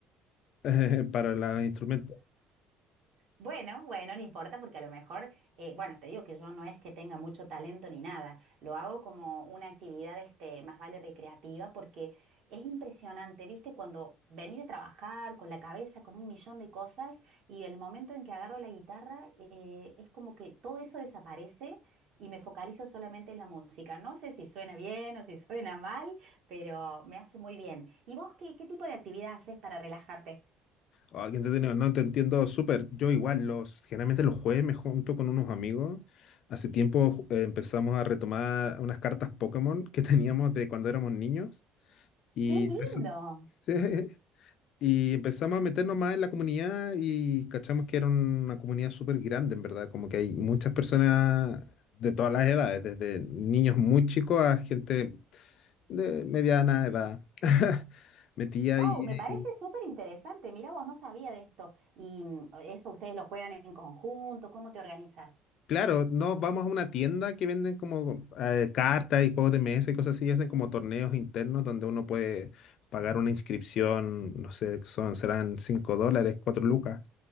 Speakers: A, on the left; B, on the right.
A: <laughs> para los instrumentos.
B: Bueno, bueno, no importa porque a lo mejor, eh, bueno, te digo que yo no es que tenga mucho talento ni nada, lo hago como una actividad, este, más vale recreativa porque es impresionante, ¿viste? Cuando venís de trabajar con la cabeza, con un millón de cosas y el momento en que agarro la guitarra, eh, es como que todo eso desaparece y me focalizo solamente en la música. No sé si suena bien o si suena mal, pero me hace muy bien. ¿Y vos qué, qué tipo de actividad haces para relajarte?
A: Ah, qué entretenido. No, te entiendo súper. Yo igual, los, generalmente los jueves me junto con unos amigos. Hace tiempo ju- eh, empezamos a retomar unas cartas Pokémon que <laughs> teníamos de cuando éramos niños. Y,
B: ¡Qué lindo!
A: empeza- sí, <laughs> y empezamos a meternos más en la comunidad y cachamos que era una comunidad súper grande, en verdad. Como que hay muchas personas de todas las edades, desde niños muy chicos a gente de mediana edad. <laughs> Metía
B: Wow,
A: y...
B: me parece súper interesante. Mira, vos no sabía de esto. Y mm, eso ustedes lo juegan en conjunto, ¿cómo te organizas?
A: Claro, no, vamos a una tienda que venden como eh, cartas y juegos de mesa y cosas así, y hacen como torneos internos donde uno puede pagar una inscripción, no sé, son, serán 5 dólares, 4 lucas.